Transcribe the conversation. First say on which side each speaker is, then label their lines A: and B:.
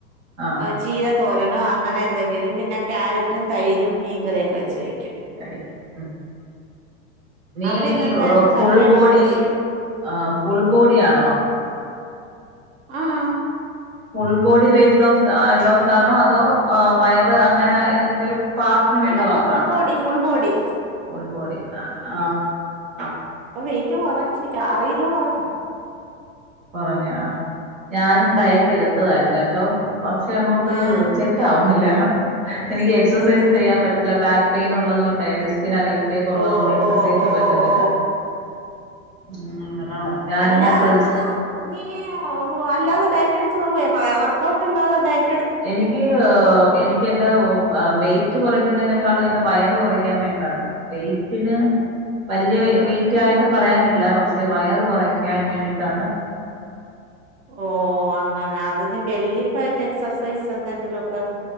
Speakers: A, on the right; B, on the right.
A: ആഹ്
B: വ ചീര തോരനോ അങ്ങനെ എന്തെങ്കിലും, പിന്നെ ക്യാരറ്റും തൈരും മീൻകറിയൊക്കെ വെച്ച് കയ്ക്കും.
A: കഴിക്കും. നീ
B: അവിടെ ഇന്ന് എന്തായിരുന്നു
A: ഫുൾ
B: സൺഡേ ആയിട്ട്
A: ബോഡി,
B: സ്പെഷ്യൽ
A: ആ ഫുൾ ബോഡിയാണോ
B: ആഹ
A: ഫുൾ ബോഡി വെയിറ്റ് ലോസ് ആണോ, അതോ, ആ വയറ് അങ്ങനെ ഏതെങ്കിലും ഒരു പാർട്ടിന് വേണ്ടി
B: അല്ലല്ല
A: മാത്രണോ,
B: ഫുൾ body full body
A: full body. ആ ആഹ
B: പ്പൊ വെയിറ്റ് കുറഞ്ഞുനിക്ക്, ആറ് കിലോ കുറഞ്ഞു.
A: കുറഞ്ഞു ആ, ഞാനും ഡയറ്റ് എടുത്തതായിരുന്നു കേട്ടോ, പക്ഷെ അങ്ങോട്ട്
B: ഏഹ്
A: സെറ്റ് ആവുന്നില്ല. ആഹ എനിക്ക് എക്സസൈസ്
B: എന്ത്
A: ചെയ്യാൻ പറ്റുന്നില്ല ബാക്ക് പെയിൻ ഉള്ളത് കൊണ്ടേ, ത്തികലത്തേക്ക് ഉള്ളത്
B: ഓ
A: കൊണ്ട് എക്സസൈസ്
B: ഓ ഓ
A: പറ്റുന്നില്ല
B: ഓ
A: ഉം ആ ഞാനങ്ങന
B: അല്ലാതന്നാ
A: പ്ര
B: നീ അല്ലാതെ ഡയറ്റ് എടുത്ത് നോക്ക അവർ ക്കോട്ടാണ്ട
A: എനിക്ക് എനിക്ക് എന്റെ വെറ്റ് കുറയ്ക്കുന്നതിനക്കെ എന്റെ വയറ് കുറക്കാൻ വേണ്ടിാണ് വെ്റ്റിന് വലിയ വെറ്റ് ആയിട്ട് പറയാനില്ല പക്ഷെ വയറ് കുറയ്ക്കാൻ വേണ്ടിട്ടാണ്
B: ഓ അങ്ങനെ അതിന് വെള്ളി ഫാറ്റ് എക്സർസൈസ് എന്തെങ്കിലുംൊക്കെ